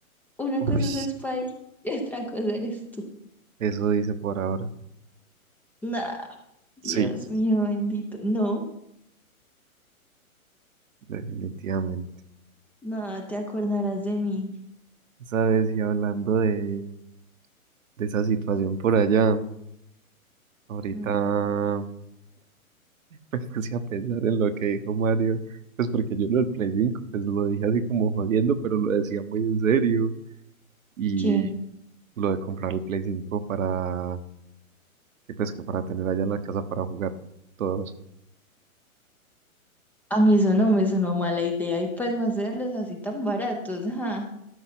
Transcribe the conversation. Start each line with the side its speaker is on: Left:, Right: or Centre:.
Centre: Una
Right: uy,
Centre: cosa es Spike y otra cosa eres tú.
Right: eso dice por ahora.
Centre: Nah, Dios
Right: Sí,
Centre: mío bendito. No,
Right: definitivamente.
Centre: nada, te acordarás de mí.
Right: Sabes, y hablando de, de esa situación por allá, ahorita
Centre: Mm.
Right: <laughs> me puse a pensar en lo que dijo Mario, pues porque yo lo del Play 5 pues lo dije así como jodiendo, pero lo decía muy en serio. Y
Centre: ¿Qué?
Right: lo de comprar el Play 5 para que pues que para tener allá en la casa para jugar todos
Centre: A mí eso no me sonó mala idea y pues más hacerlos así tan baratos, ajá,